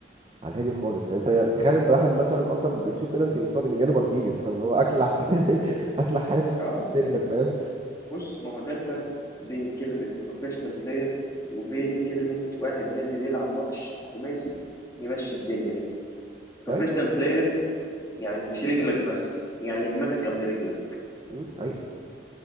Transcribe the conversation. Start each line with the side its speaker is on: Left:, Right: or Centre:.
Right: على الهادي خالص يعني انت تخيل انت واحد مثلا اصلا بتشوف بينالتي قصاد ميليانو مارتينيز فاهم اللي هو اكلح <laughs> اكلح حارس
Left: اه
Right: في الدنيا
Left: بالظبط
Right: فاهم
Left: بص ما هو ده الفرق بين كلمه بروفيشنال بلاير وبين كلمه واحد نازل يلعب ماتش خماسي يمشي الدنيا بروفيشنال
Right: اي
Left: بلاير يعني مش رجلك بس يعني دماغك قبل رجلك
Right: امم، حقيقي